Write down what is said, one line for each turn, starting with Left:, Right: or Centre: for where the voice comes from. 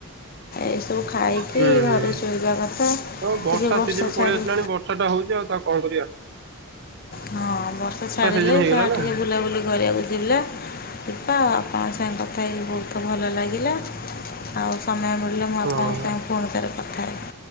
Left: ଏସବୁ ଖାଇ କି
Right: ହୁଁ ହୁଁ
Left: ଘରେ ଶୋଇବା କଥା ଟିକେ
Right: ହଁ
Left: ବର୍ଷା
Right: ସିଜନ ପଳେଇ
Left: ଛାଡ଼ି
Right: ଆସିଲାଣି ବର୍ଷା ଟା ହଉଛି ଆଉ ତା କଣ କରିବା।
Left: ହଁ ବର୍ଷା ଛାଡ଼ିଲେ
Right: ସିଜନ ହେଇଗଲା
Left: ଯାହା
Right: ନା
Left: ଟିକେ ବୁଲାବୁଲି କରିବାକୁ ଯିବା। ଦିପା ଆପଣଙ୍କ ସାଙ୍ଗେ କଥା ହେଇକି ବହୁତ ଭଲ ଲାଗିଲା। ଆଉ ସମୟ ମିଳିଲେ ମୁଁ ଆପଣଙ୍କ
Right: ହଁ।
Left: ସାଙ୍ଗେ ପୁଣି ଥରେ କଥା ହେବି।